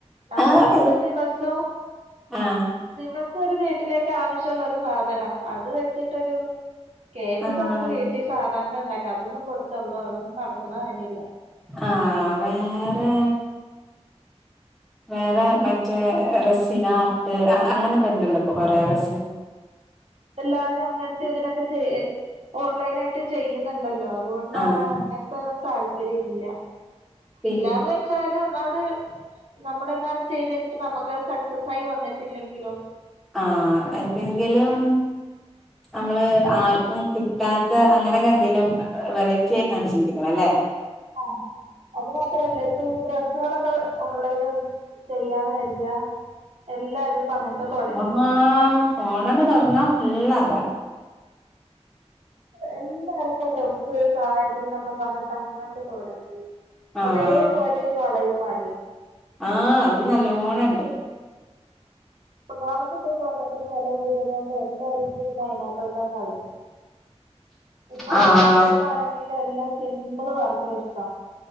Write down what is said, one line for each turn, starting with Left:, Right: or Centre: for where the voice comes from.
Right: നമ്മളൊക്കെണ്ട്
Centre: ആഹ്
Right: ദിവസ്സും
Centre: ആഹ്
Right: ദിവസൊരു വീട്ടിലേക്ക് ആവശ്യള്ളൊരു സാധനം അത് വെച്ച്ട്ടൊരു കേക്കൊക്കെ
Centre: ആഹ്
Right: നമുക്ക് വീട്ടീസാധാരണ ണ്ടാക്കാ അതൊന്നും കൊടുത്തള്ളാ അതൊന്നും നടക്ക്ണ കാര്യല്ല
Centre: ആഹ് വേറെ വേറെ മറ്റേ റെസിനാർട്ട് അ അങ്ങനൊക്കെണ്ടല്ലോ പ്പൊ കൊറേ റെ
Right: എല്ലാരും അങ്ങൻ ത്തെതിനൊക്കെ ചെ ഓൺലൈനായിട്ട് ചെയ്യ്ന്ന്ണ്ടല്ലോ അതുകൊണ്ടാണ്
Centre: ആഹ്
Right: അങ്ങൻത്തോരോ താൽ പര്യല്ല
Centre: പിന്നെ
Right: ഇല്ലാന്ന് വെ ച്ചാല് ഒന്നാമത് നമ്മുടെങ്ങാനും ചെയ്ത് കയ്ഞ്ഞിട്ട് നമ്മക്കത് സെക്സസായി വന്ന്ട്ടില്ലെങ്കിലോ
Centre: ആഹ് എന്തെങ്കിലും നമ്മള് ആര്ക്കും കിട്ടാത്ത അങ്ങനൊക്കെന്തെലും വെറൈ റ്റ്യേ ക്കാണ്ട് ചിന്തിക്കണം ലെ
Right: ആഹ് അത് മാത്രല്ല ഇപ്പൊ ഈ ഡ്രസ്സാളൊക്കെ ഓൺലൈന് ചെയ്യാന്ന് കരുത എല്ലാരും പ്പ അങ്ങൻത്തെ തൊടങ്ങീട്ട്ണ്ട്
Centre: അമ്മ ഫോണണ്ട് തൊറന്നാ ഫുളളതാ
Right: എല്ലാരും പ്പൊ ഡ്രസ്സ് സാരി ന്നൊക്ക പർഞ്ട്ട് അങ്ങട്ട് തൊടങ്ങി
Centre: ആഹ്
Right: അതേപോലെ ഈ വളയും മാലയും
Centre: ആഹ് അതും നല്ലോണം ണ്ട്
Right: ഒന്നാമത് പ്പ സ്വർണത്തിന് വെല കൂടിയത് കൊണ്ട് എല്ലാവർക്കും പിന്നെ അതിനകത്തോട്ട കളി ഇപ്പോഴത്തെ
Centre: ആഹ്
Right: കുട്ടികൾക്കാണെങ്കിൽ എല്ലാം സിമ്പിള് വർക്ക ഇഷ്ടം